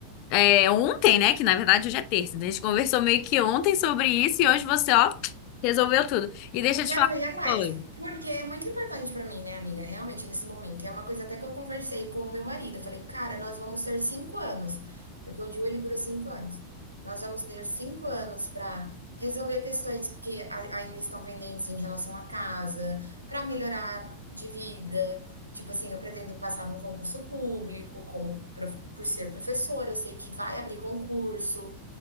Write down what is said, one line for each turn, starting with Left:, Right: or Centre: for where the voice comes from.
Left: é, ontem, né? Que na verdade hoje é terça. Então A gente conversou meio que ontem sobre isso e hoje você, ó, resolveu tudo. E deixa eu
Right: Já
Left: te falar
Right: corri atrás,
Left: uma coisa.
Right: porque é muito importante pra mim, né, amiga? Realmente, nesse momento. E é uma coisa até que eu conversei com o meu marido. Eu falei, cara, nós vamos ter cinco anos, porque o DIU ele dura cinco anos. Nós vamos ter cinco anos para resolver questões que a- ainda estão pendentes em relação à casa, para melhorar de vida. Tipo assim, eu pretendo passar num concurso público, como prof- por ser professora, eu sei que vai abrir concurso.